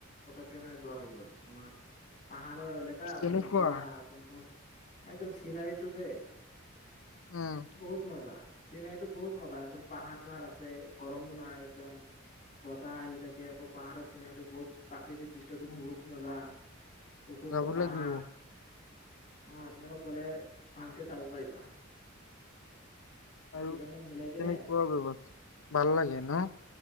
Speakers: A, on the left (about 40°); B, on the left (about 80°).
A: <unintelligible> যোৱা হৈ গ'ল তোমাৰ <unintelligible> আৰু এলেকা একদম
B: কেনেকুৱা?
A: পুৰা, একদম, একদম চিনাৰীটো যে,
B: উম
A: বহুত মজা। চিনাৰীটো বহুত মজা। একদম পাহাৰ চাহাৰ আছে, গৰমো নাই, একদম বতাহ আহি থাকে আকৌ। পাহাৰৰ চিনাৰীটো বহুত প্ৰাকৃতিক দৃশ্যতো
B: উম,
A: বহুত মজা। ওখ ওখ
B: যাব
A: পাহাৰ।
B: লাগিব।
A: অ', তোমালোক গলে ভালকে চাব পাৰিবা।
B: আৰু,
A: কেইজনমান মিলাই কেনে
B: কেনেকুৱা ব্যৱস্থা, ভাল লাগে ন?